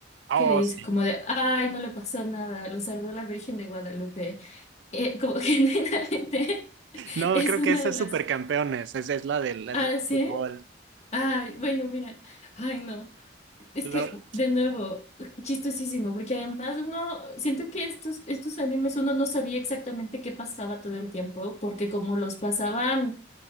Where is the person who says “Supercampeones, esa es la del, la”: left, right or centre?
Right